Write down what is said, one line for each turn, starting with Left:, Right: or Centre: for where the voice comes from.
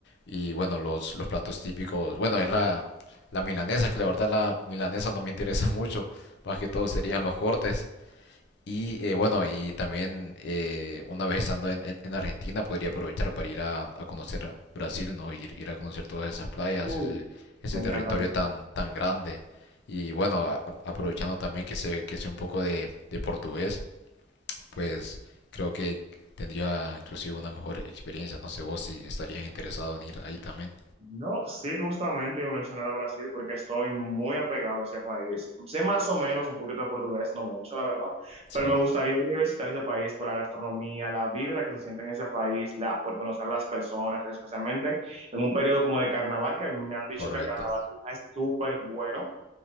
Left: y, bueno, los, los platos típicos, bueno, es la, la milanesa, que la verdad la milanesa no me interesa <laughs> mucho, más que todo serían los cortes. Y eh, bueno, y también eh, una vez estando en, en- en Argentina podría aprovechar para ir a, a conocer Brasil, ¿no? Ir, ir a conocer todas esas playas,
Right: Uh,
Left: ese, ese
Right: me
Left: territorio
Right: encantaría.
Left: tan, tan grande. Y bueno, a- a- aprovechando también que sé, que sé un poco de, de portugués pues creo que tendría inclusive una mejor experiencia. No sé vos si estarías interesado en ir ahí también.
Right: No, sí, justamente iba a mencionar a Brasil porque estoy muy apegado a ese país. Sé más o menos un poquito de portugués, no mucho, la verdad,
Left: Sí,
Right: pero me gustaría ir a visitar ese país por la gastronomía, la vibra que se siente en ese país, la, por conocer a las personas, especialmente en un periodo como de carnaval, que me han dicho
Left: Correcto,
Right: que el carnaval es súper bueno,